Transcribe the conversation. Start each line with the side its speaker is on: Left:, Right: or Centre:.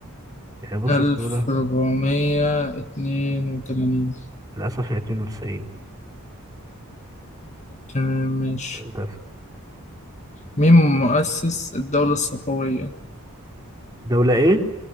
Right: يعني بص
Left: ألف
Right: السهولة
Left: ربعمية اتنين وتمانين
Right: للأسف هي 92
Left: تمام ماشي
Right: للأسف
Left: مين مؤسس الدولة الصفوية؟
Right: دولة إيه؟